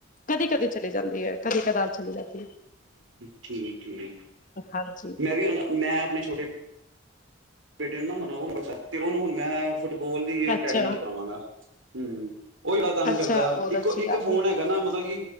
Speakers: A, on the left; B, on the right.
A: ਕਦੀ-ਕਦੀ। ਚਲੀ ਜਾਂਦੀ ਹੈ, ਕਦੀ ਕਦਾਰ ਚਲੀ ਜਾਂਦੀ ਹੈ,
B: ਠੀਕ ਠੀਕ
A: ਹਾਂਜੀ
B: ਮੈਂ ਵੀ ਹੁਣ, ਮੈਂ ਆਪਣੇ ਛੋਟੇ ਬੇਟੇ ਨੂੰ ਨਾ ਹੁਣ ਉਹ ਤੇ ਉਹਨੂੰ ਹੁਣ ਮੈਂ ਫੁੱਟਬੋਲ ਦੀ ਅਕੈਡਮੀ
A: ਅੱਛਾ
B: ਚ ਪਾਵਾਂਗਾ, ਹੂੰ ਉਹ ਜਾਦਾ ਤੰਗ
A: ਅੱਛਾ
B: ਕਰਦਾ,
A: ਬਹੁਤ
B: ਇੱਕੋ-ਇੱਕ
A: ਅੱਛੀ ਗੱਲ
B: ਫੋਨ ਹੈ। ਗਾਨਾ ਮਤਲਬ ਕਿ,